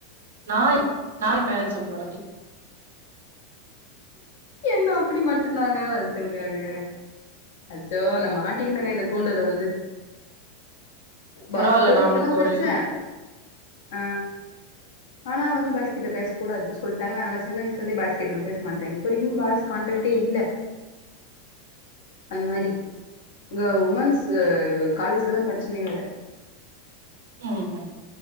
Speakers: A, on the right; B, on the left.
A: நாலு நா என் பேரண்ட்ஸ் அப்டி வளக்ல
B: என்ன அப்டி மட்டுந்தாங்க வள்த்துருக்காங்க அச்சோ நா மாட்டிகினங்க இந்த கூண்டுல வந்து வா
A: பரவால்ல
B: கோயிட்லதா
A: நா உனக்கு
B: படிச்சேன்
A: ஒரு
B: ஆ ஆனா வந்து பாய்ஸ் கிட்ட பேஸ் கூடாது சொல்டாங்க அதனால சின்ன வய்ஸ்ல இருந்தே பாய்ஸ்கிட்டலா பேசு மாட்டே இப்பரைக்கு பாய்ஸ் கான்டே ட்டே இல்ல அந்த மாரி இங்க உமன்ஸு காலேஜ்லதா படிச்சே நீ வேற
A: ம் ஹு